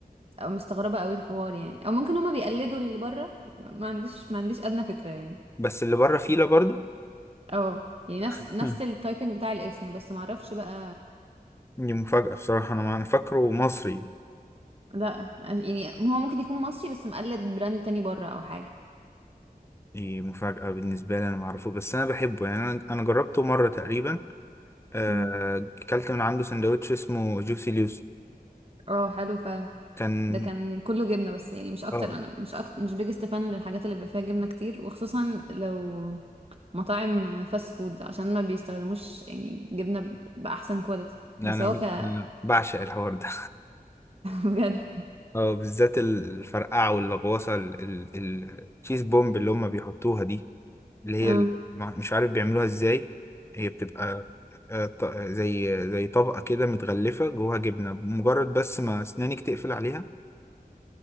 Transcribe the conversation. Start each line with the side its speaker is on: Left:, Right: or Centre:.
Right: او مستغربة قوي الحوار يعني او ممكن هما بيقلدوا اللي بره ما عنديش ما عنديش ادنى فكرة يعني
Left: بس اللي بره فيلة برضو
Right: اه يعني نفس
Left: <laughs>
Right: نفس التايبنج بتاع الاسم بس ما اعرفش بقى
Left: دي مفاجأة بصراحة أنا ما أنا فاكره مصري
Right: لا يعني هو ممكن يكون مصري بس مقلد براند تاني بره او حاجة
Left: دي مفاجأة بالنسبة لي أنا معرفوش بس أنا بحبه يعني أنا أنا جربته مرة تقريبا آه،
Right: مم.
Left: أكلت من عنده سندوتش اسمه جوسي لوسي
Right: اه حلو فعلا
Left: كان
Right: ده كان كله جبنه بس يعني مش اكتر
Left: آه
Right: انا مش أكتر مش بيجست فان للحاجات اللي بيبقى فيها جبنه كتير وخصوصا لو مطاعم فاست فود عشان ما بيستخدموش يعني جبنه ب- باحسن كواليتي
Left: لا
Right: بس
Left: أنا
Right: هو
Left: ب-
Right: ك <laughs>
Left: أنا بعشق الحوار ده
Right: بجد
Left: <laughs> آه بالذات الفرقعة واللغوصة ال- ال- ال- التشيز بومب اللي هما بيحطوها دي اللي هي
Right: اه
Left: ال- مع- مش عارف بيعملوها إزاي هي بتبقى آه، ط- زي زي طبقة كده متغلفة جواها جبنة مجرد بس ما أسنانك تقفل عليها